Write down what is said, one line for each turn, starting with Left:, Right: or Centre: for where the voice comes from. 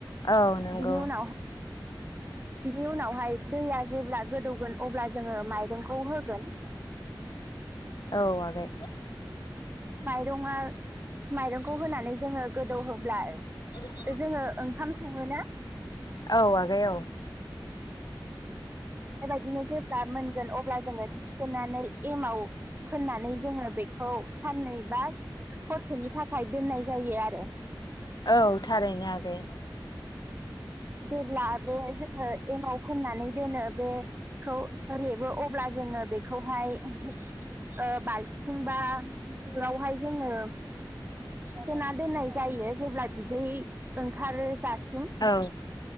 Left: औ नंगौ।
Right: बिनि उनाव बिनि उनावहाय दैया जेब्ला गोदौगोन अब्ला जोङो माइरंखौ होगोन
Left: औ आगै।
Right: माइरंआ माइरंखौ होनानै जोङो गोदौ होब्ला
Left: अ <inaudible>
Right: जोङो ओंखाम सङो ना?
Left: औ आगै औ
Right: बिदिनो जेब्ला मोनगोन अब्ला जोङो थिखोनानै एमाव फोननानै जोङो बेखौ साननै बा हरसेनि थाखाय दोननाय जायो आरो
Left: औ थारैनो आगै।
Right: जेब्ला बे जोङो एमाव फोननानै दोनो बेखौ रेबो अब्ला जोङो बेखौ खौहाय ओ बालथिंबा दोआवहाय जोङो सोना दोननाय जायो जेब्ला बिदै ओंखारो जासिम
Left: औ।